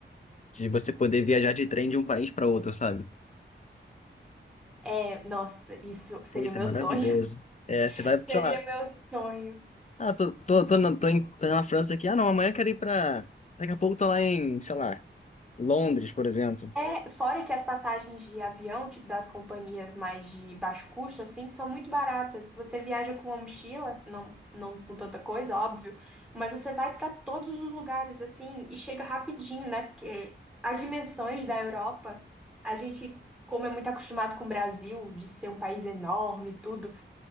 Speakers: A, on the left; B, in the centre.
A: de você poder viajar de trem de um país para outro, sabe?
B: É, nossa, isso seria
A: Pô, isso
B: meu
A: é maravilhoso.
B: sonho. <laughs>
A: É, você vai,
B: Seria
A: sei lá,
B: meu sonho.
A: ah, tô, tô, tô, na, tô, em, tô na França aqui, ah, não, amanhã eu quero ir pra. Daqui a pouco tô lá em, sei lá, Londres, por exemplo.
B: É, fora que as passagens de avião, tipo das companhias mais de baixo custo, assim, são muito baratas. Você viaja com uma mochila, não, não com tanta coisa, óbvio, mas você vai para todos os lugares, assim, e chega rapidinho, né? Porque as dimensões da Europa, a gente, como é muito acostumado com o Brasil, de ser um país enorme e tudo,